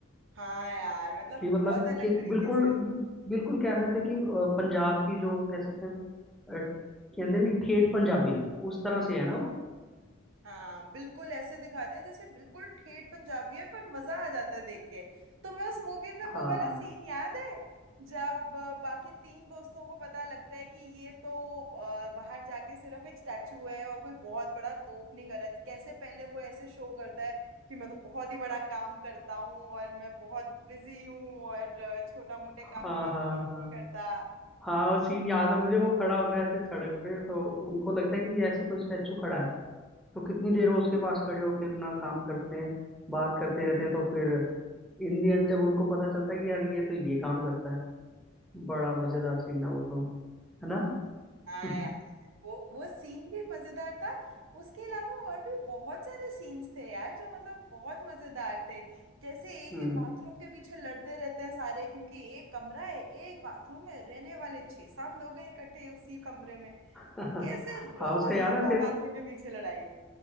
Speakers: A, on the right; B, in the centre.
A: हाँ यार मतलब
B: कि मतलब
A: बहुत अलग
B: कि
A: तरीके
B: बिल्कुल
A: से
B: बिल्कुल कह सकते हैं कि अ, पंजाब की जो कह सकते हैं अ, कहते भी ठेठ पंजाबी उस तरह से है ना वो
A: हाँ बिल्कुल ऐसे दिखाते हैं जैसे बिल्कुल ठेठ पंजाबी है पर मजा आ जाता है देख के तुम्हें उस मूवी में वो
B: हाँ
A: वाला सीन याद है जब अ, बाकी तीन दोस्तों को पता लगता है कि ये तो अ, बाहर जाके सिर्फ एक स्टैचू है और कोई बहुत बड़ा तोप नहीं कर रहा कैसे पहले वो ऐसे शो करता है कि मैं तो बहुत ही बड़ा काम करता हूँ और मैं बहुत बिजी हूँ और छोटा मोटे
B: हाँ
A: काम में मैं
B: हाँ
A: बिलीव
B: हाँ
A: नहीं करता
B: हाँ वो सीन याद है मुझे वो खड़ा होता है ऐसे सड़क पे तो उनको लगता है कि ये ऐसे कोई स्टैचू खड़ा है तो कितनी देर वो उसके पास खड़े होके अपना काम करते हैं बात करते रहते हैं तो फिर इन दी एंड जब उनको पता चलता है कि यार ये तो ये काम करता है बड़ा मजेदार सीन है वो तो है ना
A: हाँ
B: <laughs>
A: वो वो सीन भी मजेदार था उसके अलावा और भी बहुत सारे सीन्स थे यार जो मतलब बहुत मजेदार थे जैसे एक
B: हम्म
A: ही बाथरूम के पीछे लड़ते रहते हैं सारे क्योंकि एक कमरा है एक बाथरूम है रहने वाले छह सात लोग हैं इकट्ठे उसी कमरे में
B: <laughs>
A: तो कैसे रोज
B: हाँ उसका याद
A: सुबह
B: है फिर
A: बाथरूम के पीछे लड़ाई